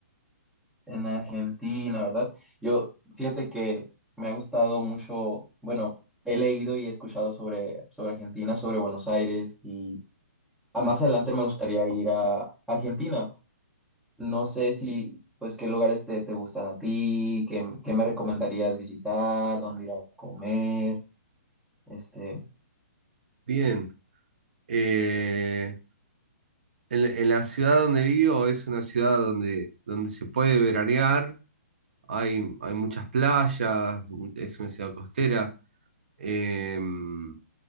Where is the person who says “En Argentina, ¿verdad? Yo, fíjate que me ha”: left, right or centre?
Centre